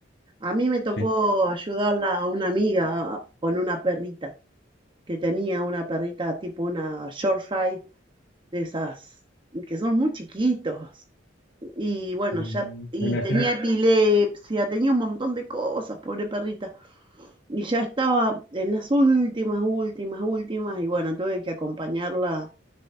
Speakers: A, on the right (about 25°); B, on the left (about 85°).
A: A mí me
B: Sí,
A: tocó ayudarla a una amiga con una perrita, que tenía una perrita tipo una Yorkshire, de esas que son muy chiquitos. Y bueno,
B: Mm,
A: ya, y
B: me imagino.
A: tenía epilepsia, tenía un montón de cosas, pobre perrita. Y ya estaba en las últimas, últimas, últimas, y bueno, tuve que acompañarla